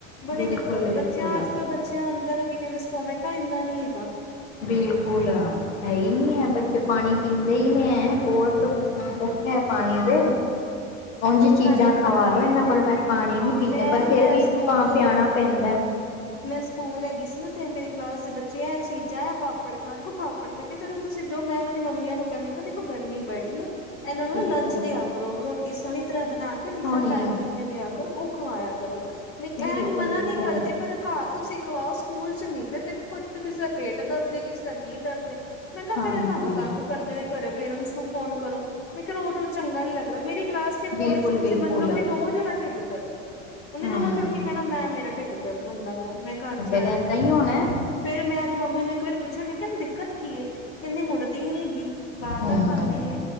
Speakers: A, on the left; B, on the left.
A: ਬੜੀ
B: ਬਿਲਕੁਲ
A: ਦਿੱਕਤ
B: ਬਿਲਕੁਲ
A: ਏ ਬੱਚਿਆਂ ਚ ਅੱਜ ਕੱਲ੍ਹ ਬੱਚਿਆਂ ਅੰਦਰ ਕੀ ਕਹਿੰਦੇ ਸਟੋਮੇਟਾ ਐਨਾ ਨੀ ਹੈਗਾ।
B: ਬਿਲਕੁਲ ਆ। ਹੈ ਹੀ ਨੀ ਖਐ ਬੱਚੇ ਪਾਣੀ ਪੀਂਦੇ ਈ ਨੀ ਐ ਬਹੁਤ ਭੁੱਖ ਹੈ ਪਾਣੀ ਤੇ ਉਜ ਚੀਜ਼ਾਂ
A: ਤਾਂ ਹੀ
B: ਖਵਾ ਲੋ ਇਹਨਾਂ ਕੋਲ ਪਾਣੀ
A: ਹਾਂ
B: ਨੀ ਪੀਂਦੇ
A: ਮੈਂ-ਮੈਂ
B: ਪਰ ਫੇਰ ਵੀ
A: ਸਕੂਲ
B: ਪਿਆਣਾ ਪੈਂਦਾ।
A: ਮੈਂ ਸਕੂਲ ਹੈਗੀ ਸੀ ਨਾ ਤੇ ਮੇਰੀ ਕਲਾਸ ਦੇ ਬੱਚੇ ਐ ਚੀਜਾ ਹੈ ਪਾਪੜ ਖਾਣ ਬਟ ਮੈਂ ਕਿਹਾ ਚਲੋ ਤੁਸੀਂ ਜੋ ਮੈਂ ਉਹਨਾਂ ਦੀ ਮੰਮੀਆਂ ਨੂੰ ਕਿਆਮੈਂ ਕਿਹਾ ਦੇਖੋ ਗਰਮੀ ਬੜੀਐ ਏਨਾ ਨੂੰ
B: ਬਿਲਕੁਲ
A: ਲੰਚ ਦਿਆ ਕਰੋ ਰੋਟੀ ਸੋਹਣੀ ਤਰ੍ਹਾਂ ਬਣਾ ਕੇ ਟਿਫਨ
B: ਸੋਹਣੀ
A: ਪੈਕ ਕਰਕੇ ਦਿਆ ਕਰੋ ਓ ਖਵਾਇਆ ਕਰੋ।
B: ਬਿਲਕੁਲ
A: ਐ ਨੀ ਮਨਾ
B: ਬਿਲਕੁਲ
A: ਨੀ ਕਰਦੇ। ਪਰ ਘਰ ਤੁਸੀਂ ਖਵਾਓ। ਸਕੂਲ ਚ ਨੀ ਫਿਰ ਦੇਖੋ ਕਿਸੇ ਦਾ ਪੇਟ ਦਰਦ ਕਿਸੇ ਦਾ ਕੀ ਦਰਦ ਮੈਂ ਕਿਆ
B: ਹਾਂਜੀ
A: ਫੇਰ ਏ ਤੁਆਨੂੰ ਤੰਗ ਕਰਦੇ ਨੇ ਘਰੇ ਪੇਰੈਂਟਸ ਨੂੰ ਫੋਨ ਕਰੋ ਮੈਂ ਕਿਆ ਰੋ ਰੋਜ਼ ਚੰਗਾ ਨੀ ਲੱਗਦਾ ਮੇਰੀ ਕਲਾਸ ਚ ਇੱਕ
B: ਬਿਲਕੁਲ
A: ਕੁੜੀ ਸੀ ਤੁਸੀਂ
B: ਬਿਲਕੁਲ
A: ਮੰਨੋਗੇ ਰੋਜ਼ ਢਿੱਡ ਦਰਦ ਓਨੇ
B: ਹੂੰ
A: ਰੋਜ਼ ਉੱਠ ਕੇ ਕਹਿਣਾ ਮੈਂ ਮੇਰਾ ਢਿੱਡ ਦਰਦ ਹੁੰਦਾ ਵਾ ਮੈਂ ਘਰ ਜਾਣਾ।
B: ਫੇਰ ਏਦਾਂ ਹੀ ਹੋਣਾ
A: ਫੇਰ ਮੈਂ ਓਦੀ ਮੰਮੀ ਨੂੰ ਇੱਕ ਵਾਰੀ ਪੁੱਛਿਆ ਮੈਂ ਕਿਆ ਏਨੂੰ ਦਿੱਕਤ ਕੀ ਏ ਕਹਿੰਦੀ ਮੁੜਦੀ ਨੀ ਗੀ। ਬਾਰ
B: ਹੂੰ
A: ਦਾ ਖਾਂਦੀ ਏ?